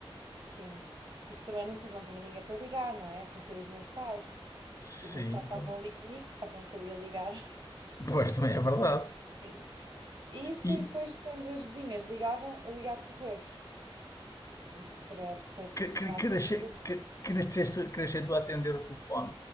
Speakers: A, on the right; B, on the left.
A: Sim. Porque também não, ti- não tinha ninguém para ligar, não é? Sem ser os meus pais.
B: sim,
A: E os meus pais estavam
B: claro.
A: ali comigo, para quem é que eu ia ligar?
B: Pois também é verdade.
A: <laughs> Isso
B: E
A: e depois quando as vizinhas ligavam, eu ia a correr diz- para para
B: que, que,
A: para atender.
B: que, nasce-
A: o-
B: que, que nasceste, que nasceste tu a atender o telefone?